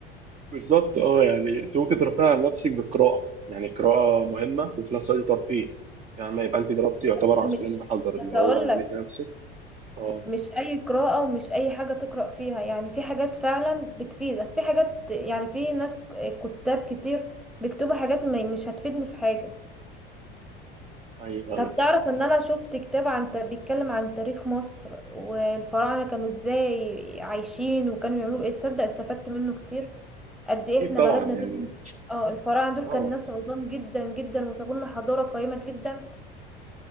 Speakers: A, on the right (about 25°); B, in the centre.
A: بالظبط اه يعني انت ممكن ترفعي عن نفسك بالقراءة يعني القراءة مهمة وفي نفس الوقت ترفيه يعني ما يبقى انت ضربتي يعتبر
B: بس
A: عصفورين
B: مش
A: بحجر
B: بس
A: اللي هو
B: اقول
A: نميتي
B: لك
A: نفسك اه
B: مش اي قراءة ومش اي حاجة تقرأ فيها يعني في حاجات فعلا بتفيدك في حاجات يعني في ناس كتاب كتير بيكتبوا حاجات ما- مش هتفيدني في حاجة
A: ايوه
B: طب
A: ايوه
B: تعرف ان انا شفت كتاب عن بيتكلم عن تاريخ مصر والفراعنة كانوا ازاي عايشين وكانوا بيعملوا ايه تصدق استفدت منه كتير قد ايه
A: اكيد
B: احنا
A: طبعا
B: بلدنا دي
A: يعني
B: كان- اه الفراعنة دول
A: اه
B: كان ناس عظام جدا جدا وسابوا لنا حضارة قيمة جدا